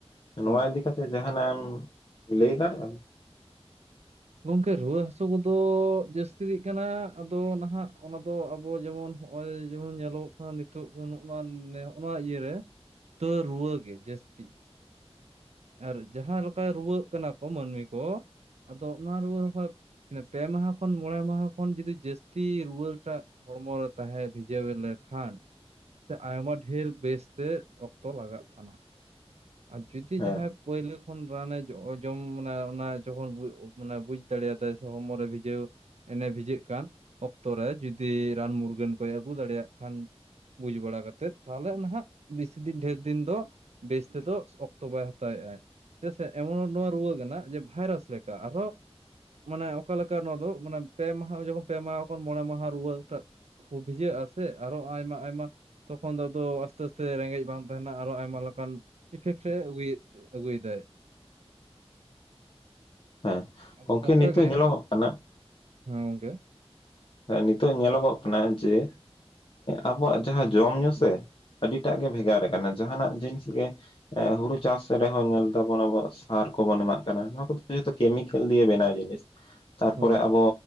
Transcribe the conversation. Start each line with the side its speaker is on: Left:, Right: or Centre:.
Left: ᱱᱚᱣᱟ
Right: ᱦᱳᱭ
Left: ᱤᱫᱤ ᱠᱟᱛᱮᱜ ᱡᱟᱦᱟᱸᱱᱟᱜ ᱮᱢ ᱞᱟᱹᱭ ᱫᱟᱲᱮᱭᱟᱜ-᱾ᱟ
Right: ᱜᱚᱝᱠᱮ ᱨᱩᱣᱟᱹ ᱦᱟᱹᱥᱩ ᱠᱚᱫᱚ ᱡᱟᱹᱥᱛᱤᱜ ᱠᱟᱱᱟ ᱟᱫᱚ ᱱᱟᱦᱟᱜ ᱚᱱᱟ ᱫᱚ ᱟᱵᱚ ᱡᱮᱢᱚᱱ ᱦᱚᱜ-ᱚᱭ ᱡᱮᱢᱚᱱ ᱧᱮᱞᱚᱜᱚᱜ ᱠᱟᱱᱟ ᱱᱤᱛᱚᱜ ᱱᱚᱜ ᱱᱚᱜ-ᱟ ᱱᱚᱣᱟ ᱤᱭᱟᱹᱨᱮ᱾ ᱛᱚ ᱨᱩᱣᱟᱹ ᱜᱮ ᱡᱟᱹᱥᱛᱤ᱾ ᱟᱨ ᱡᱟᱦᱟ ᱞᱮᱠᱟ ᱨᱩᱣᱟᱹᱜ ᱠᱟᱱᱟ ᱠᱚ ᱢᱟᱹᱱᱢᱤ ᱠᱚ ᱟᱫᱚ ᱚᱱᱟ ᱨᱩᱣᱟᱹ ᱦᱚᱸᱠᱚ ᱯᱮ ᱢᱟᱦᱟ ᱠᱷᱚᱱ ᱢᱚᱬᱮ ᱢᱟᱦᱟ ᱠᱷᱚᱱ ᱡᱩᱫᱤ ᱡᱟᱹᱥᱛᱤ ᱨᱩᱣᱟᱹᱴᱟᱜ ᱦᱚᱲᱢᱚ ᱨᱮ ᱛᱟᱦᱮᱸ ᱵᱷᱤᱡᱟᱹᱣ ᱞᱮᱠᱷᱟᱱ ᱥᱮ ᱟᱭᱢᱟ ᱰᱷᱮᱨ ᱵᱮᱥᱛᱮ ᱚᱠᱛᱚ ᱞᱟᱜᱟᱜ ᱠᱟᱱᱟ ᱟᱨ ᱡᱩᱫᱤ
Left: ᱦᱮᱸ
Right: ᱡᱟᱦᱟᱸᱭ ᱯᱳᱭᱞᱳ ᱠᱷᱚᱱ ᱨᱟᱱᱮ ᱡᱚᱢ ᱢᱟᱱᱮ ᱚᱱᱟ ᱚᱱᱟ ᱡᱚᱠᱷᱚᱱ ᱢᱟᱱᱮ ᱵᱩᱡ ᱫᱟᱲᱮᱭᱟᱫᱟᱭ ᱥᱮ ᱦᱚᱲᱢᱚ ᱨᱮ ᱵᱷᱤᱡᱟᱹᱣ ᱮᱱᱮ ᱵᱷᱤᱡᱟᱹᱜ ᱠᱟᱱ ᱚᱠᱛᱚ ᱨᱮ ᱡᱩᱫᱤ ᱨᱟᱱ ᱢᱩᱨᱜᱟᱹᱱ ᱠᱚᱭ ᱟᱹᱜᱩ ᱫᱟᱲᱮᱭᱟᱜ ᱠᱷᱟᱱ ᱵᱩᱡ ᱵᱟᱲᱟ ᱠᱟᱛᱮᱫ ᱛᱟᱦᱚᱞᱮ ᱱᱟᱦᱟᱜ ᱵᱮᱥᱤ ᱫᱤᱱ ᱰᱷᱮᱨ ᱫᱤᱱ ᱫᱚ ᱵᱮᱥ ᱛᱮᱫᱚ ᱚᱠᱛᱚ ᱵᱟᱭ ᱦᱟᱛᱟᱣᱮᱜ-ᱟ᱾ ᱪᱮᱫᱟᱜ ᱥᱮ ᱮᱢᱚᱱ ᱱᱚᱣᱟ ᱨᱩᱣᱟᱹ ᱠᱟᱱᱟ ᱡᱮ ᱵᱷᱟᱭᱨᱟᱥ ᱞᱮᱠᱟ ᱟᱨᱦᱚᱸ ᱢᱟᱱᱮ ᱚᱠᱟᱞᱮᱠᱟ ᱱᱚᱣᱟ ᱫᱚ ᱢᱟᱱᱮ ᱯᱮ ᱢᱟᱦᱟ ᱡᱚᱠᱷᱚᱱ ᱯᱮ ᱢᱟᱦᱟ ᱢᱚᱬᱮ ᱢᱟᱦᱟ ᱨᱩᱣᱟᱹ ᱴᱟᱜ ᱵᱷᱤᱡᱟᱹᱜ ᱟᱥᱮ ᱟᱨᱚ ᱟᱭᱢᱟ ᱟᱭᱢᱟ ᱛᱚᱠᱷᱚᱱ ᱫᱚ ᱟᱫᱚ ᱟᱥᱛᱮ ᱟᱥᱛᱮ ᱨᱮᱸᱜᱮᱡ ᱵᱟᱝ ᱛᱟᱦᱮᱱᱟ ᱟᱨᱚ ᱟᱭᱢᱟ ᱞᱮᱠᱟᱱ ᱤᱯᱷᱮᱠᱴ ᱟᱜᱩᱭ ᱟᱹᱜᱩᱭᱮᱫᱟᱭ
Left: ᱦᱮᱸ
Right: ᱟᱫᱚ
Left: ᱜᱚᱝᱠᱮ
Right: ᱚᱱᱠᱟ
Left: ᱱᱤᱛᱚᱜ
Right: ᱜᱮ
Left: ᱧᱮᱞᱚᱜᱚᱜ ᱠᱟᱱᱟ
Right: ᱦᱮᱸ ᱜᱚᱝᱠᱮ
Left: ᱱᱤᱛᱚᱜ ᱧᱮᱞᱚᱜᱚᱜ ᱠᱟᱱᱟ ᱡᱮ ᱟᱵᱚᱣᱟᱜ ᱡᱟᱦᱟᱸ ᱡᱚᱢ ᱧᱩ ᱥᱮ ᱟᱹᱰᱤᱴᱟᱜ ᱜᱮ ᱵᱷᱮᱜᱟᱨ ᱟᱠᱟᱱᱟ ᱡᱟᱦᱟᱸᱱᱟᱜ ᱡᱤᱱᱤᱥ ᱜᱮ ᱮ ᱦᱩᱲᱩ ᱪᱟᱥ ᱨᱮᱦᱚᱸ ᱧᱮᱞ ᱫᱟᱵᱚᱱ ᱟᱵᱚᱣᱟᱜ ᱥᱟᱨ ᱠᱚᱵᱚᱱ ᱮᱢᱟᱜ ᱠᱟᱱᱟ ᱱᱚᱣᱟ ᱠᱚᱫᱚ᱾ ᱠᱮᱢᱤᱠᱮᱞ ᱫᱤᱭᱮ ᱵᱮᱱᱟᱣ ᱡᱤᱱᱤᱥ ᱛᱟᱨᱯᱚᱨᱮ
Right: ᱦᱳᱭ
Left: ᱟᱵᱚ